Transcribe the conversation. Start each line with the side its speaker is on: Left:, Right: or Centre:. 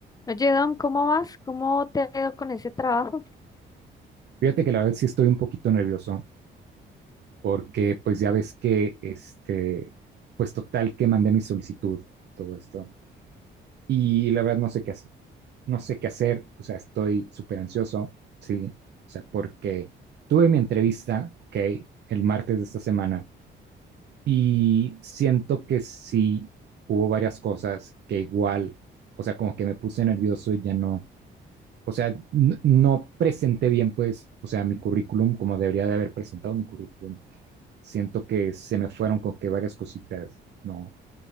Left: Oye, Dom, ¿cómo vas? ¿Cómo te ha ido con ese trabajo?
Right: Fíjate que la verdad sí estoy un poquito nervioso porque pues ya ves que este, pues total que mandé mi solicitud, todo esto. Y la verdad no sé qué hacer, no sé qué hacer, o sea, estoy súper ansioso, sí, o sea, porque tuve mi entrevista, ok, el martes de esta semana y siento que sí hubo varias cosas que igual, o sea, como que me puse nervioso y ya no, o sea, n- no presenté bien, pues, o sea, mi currículum como debería de haber presentado mi currículum siento que se me fueron con que varias cositas, ¿no?